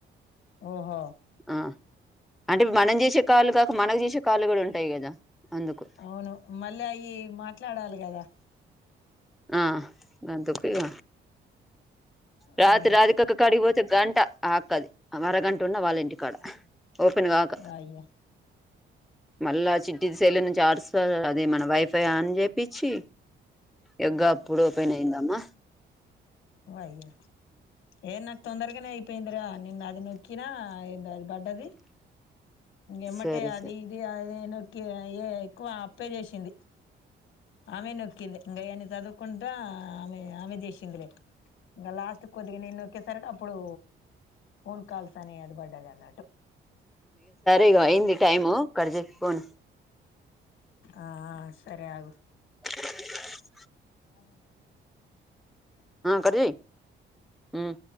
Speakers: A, on the left; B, in the centre.
A: ఓహో
B: ఆ అంటే మనం జేషే కాల్లు గాక మనక్ జేషే కా <unintelligible> గూడుంటాయ్ కదా. అందుకు
A: ఔను మళ్ళీ అయి మాట్లాడాలి గదా.
B: ఆ గందుక్కు ఇగ రాత్తిరాధికక్క
A: ఆ
B: కాడిక్ పోతే గంట. ఆ అక్కది అమరగంటున్న వాళ్ళింటికాడ ఓపెన్ గాక
A: వయ్యా
B: మళ్ళా చిట్టిది సైలా నుంచి ఆర్స్ ఆ అదే మన వైఫై ఆన్ చేపించి యొగ అప్పుడు పోయినాయి ఎందమ్మా
A: అయ్యా ఏం నాకు తొందరగానే అయిపోయిందిరా నిన్న అది నొక్కినా ఏంద అది పడ్డది ఎమ్మటే
B: సరే
A: అది
B: సరే
A: ఇది అది ను ఏ ఎక్కువ అప్పే చేసింది ఆమె నొక్కింది ఇంకా అయన్ని చదువుకుంటా ఆమె ఆమె చేసిందిలే ఇంకా లాస్ట్ కొద్దిగా నే నొక్కేసరికి ఇప్పుడు ఫోన్ కాల్స్ అనే అది పడ్డది అన్నట్టు
B: ఇగ అయింది టైమ్ కట్ చేయి ఫోన్
A: ఆ సరే ఆగు
B: జు
A: అబ చె
B: కట్ జయ్ హ్మ్